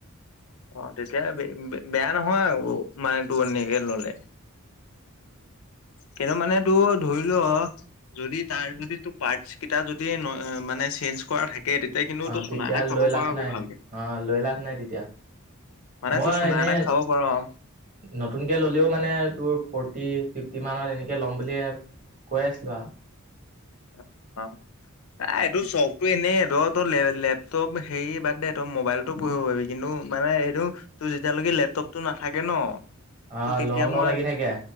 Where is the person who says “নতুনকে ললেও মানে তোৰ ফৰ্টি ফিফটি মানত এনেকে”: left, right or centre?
Right